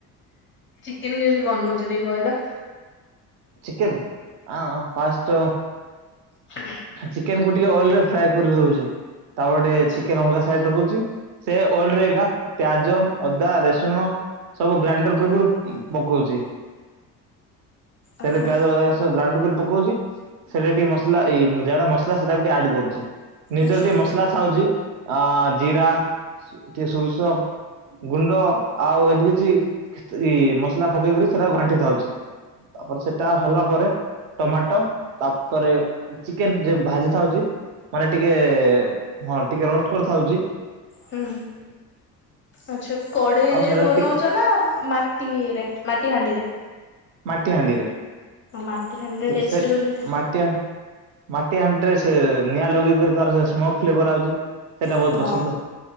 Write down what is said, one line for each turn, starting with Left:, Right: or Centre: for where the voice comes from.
Left: ଚିକେନ କେମିତି ବନଉଚ ଟିକେ କହିଲ?
Right: ଚିକେନ୍ ଆଁ ଅ ଫାଷ୍ଟ ତ
Left: ହ
Right: ଚିକେନ କୁ ଟିକେ ଅଏଲ ରେ ଫ୍ରାଏ କରି ଦଉଚି ତାପଟେ
Left: ଆଚ୍ଛା।
Right: ଚିକେନ ଅଲଗା ସାଇଡ ରଖୁଚି। ସେ ଓଲ ଏକା ପିଆଜ ଅଦା ରେସୁଣ ସବୁ ଗ୍ରାଇଣ୍ଡର କରୁ ପକଉଚି। ସେଟା
Left: ଓହୋ
Right: ପିଆଜ ଅଦା ସବୁ ଗ୍ରାଇଣ୍ଡ କରି ପକଉଚି ସେଟା ଟିକେ ମସଲା ଇଏ ଯଟା ମସଲା ସେଟା ଟେ ଆଡ୍ କରୁଚି ନିଜର
Left: ଆଚ୍ଛା
Right: ଟିକେ ମସଲା ଥାଉଚି ଅ ଜିରା ଟିକେ ସୁରିସ ଗୁଣ୍ଡ ଆଉ ଏମିତି କିଛି ଇ ମସଲା ପକେଇକି ସେଟା ଘାଣ୍ଟି ଥାଉଚି। ତାପରେ ସେଟା ହେଲା ପରେ ଟମାଟୋ ତାପରେ ଚିକେନ୍ ଯ ଭାଜି ଥାଉଚି ମାନେ ଟିକେ ହଁ ଟିକେ ରୋଷ୍ଟ କରିଥାଉଚି
Left: ହୁଁ ଆଛା କଡେଇରେ
Right: ଆଉ ସେଟା
Left: ବନଉଚ
Right: ଟିକେ
Left: ନା ମା ଟିରେ ମାଟି ହାଣ୍ଡିରେ
Right: ମାଟି ହାଣ୍ଡିରେ
Left: ମାଟି ହାଣ୍ଡିରେ
Right: ସେ
Left: ଟେଷ୍ଟି
Right: ସେଟ
Left: ବୋଲି
Right: ମାଟି ମାଟି ହଣ୍ଡିରେ ସେ ନିଆଁ ଲଗେଇକରି ତାର ସେ ସ୍ମୋ ଫ୍ଲେଭର ଆଉଚି। ସେଟା ବହୁତ
Left: ହଁ
Right: ପସନ୍ଦ